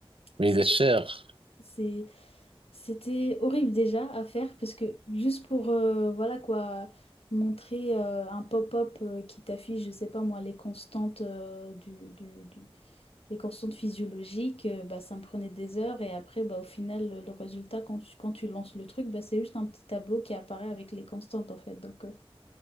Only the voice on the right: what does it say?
Mais
il est cher.